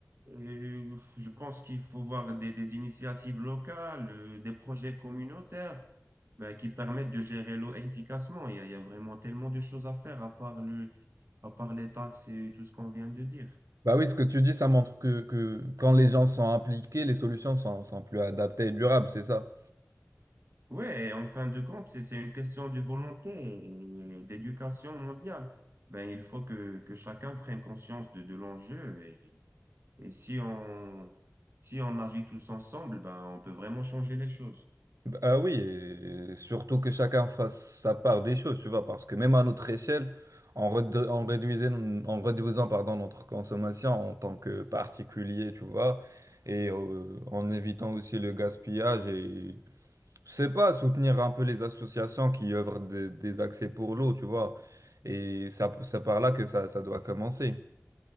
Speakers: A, on the right (about 50°); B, on the right (about 85°).
A: et je pense qu'il faut voir des, des initiatives locales, euh, des projets communautaires, ben, qui permettent de gérer l'eau efficacement. Il y a, il y a vraiment tellement de choses à faire à part le, à part les taxes et tout ce qu'on vient de dire.
B: Bah oui, ce que tu dis, ça montre que, que quand les gens sont impliqués, les solutions sont, sont plus adaptées et durables, c'est ça?
A: Ouais, en fin de compte, c'est c'est une question de volonté et d'éducation mondiale. Ben, il faut que, que chacun prenne conscience de, de l'enjeu et, et si on, si on agit tous ensemble, ben, on peut vraiment changer les choses.
B: Bah oui, et surtout que chacun fasse sa part des choses, tu vois, parce que même à notre échelle, en, redu- en réduisant, en réduisant pardon, notre consommation en tant que particulier, tu vois, et euh, en évitant aussi le gaspillage et, je sais pas, soutenir un peu les associations qui œuvrent des des accès pour l'eau, tu vois, et ça, c'est par là que ça, ça doit commencer.